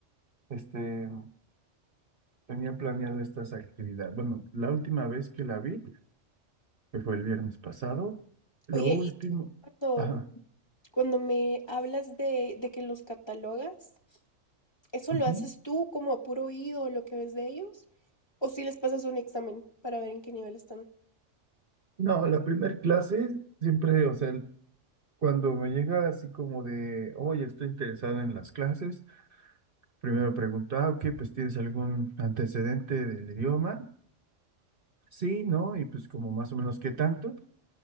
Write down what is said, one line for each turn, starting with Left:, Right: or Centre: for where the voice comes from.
Right: este, tenía planeado estas actividades. Bueno, la última vez que la vi, que fue el viernes pasado, lo
Left: Oye,
Right: último,
Left: y cuando,
Right: ajá.
Left: cuando me hablas de, de que los catalogas, ¿Eso
Right: Ujú.
Left: lo haces tú como a puro oído, lo que ves de ellos? ¿O si les pasas un examen para ver en qué nivel están?
Right: No, la primer clase siempre, o sea, Cuando me llega así como de, oye, estoy interesado en las clases, primero pregunto, ah, ok, pues ¿tienes algún antecedente del idioma? Sí, ¿no? Y pues como más o menos qué tanto.